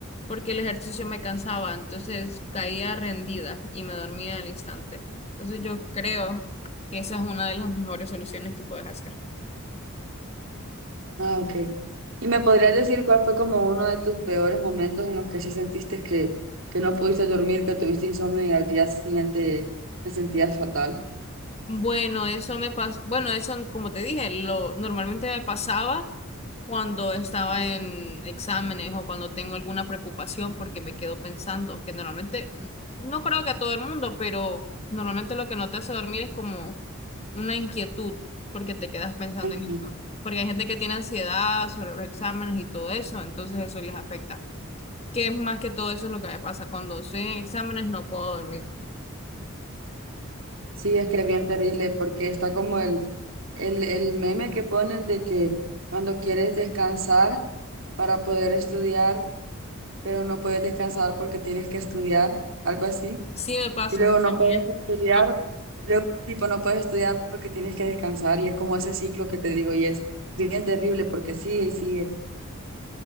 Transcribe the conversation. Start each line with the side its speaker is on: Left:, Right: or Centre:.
Left: porque el ejercicio me cansaba, entonces caía rendida y me dormía al instante. Entonces yo creo que esa es una de las mejores soluciones que puedes hacer.
Right: Ah, ok. ¿Y me podrías decir cuál fue como uno de tus peores momentos en los que sí sentiste que, que no pudiste dormir, que tuviste insomnio y al día siguiente te sentías fatal?
Left: Bueno, eso me pasó, bueno, eso como te dije, lo normalmente me pasaba cuando estaba en exámenes o cuando tengo alguna preocupación porque me quedo pensando, que normalmente, no creo que a todo el mundo, pero normalmente lo que no te hace dormir es como una inquietud porque te quedas pensando
Right: Ujú.
Left: en esto. Porque hay gente que tiene ansiedad sobre los exámenes y todo eso, entonces eso les afecta. Que es más que todo eso es lo que me pasa. Cuando estoy en exámenes no puedo dormir.
Right: Sí, es que es bien terrible porque está como el, el, el meme que ponen de que cuando quieres descansar para poder estudiar, pero no puedes descansar porque tienes que estudiar, algo así.
Left: Sí me pasa
Right: Y luego no
Left: también.
Right: puedes estudiar,
Left: No,
Right: luego tipo no puedes estudiar porque tienes que descansar y es como ese ciclo que te digo y es bien terrible porque sigue y sigue.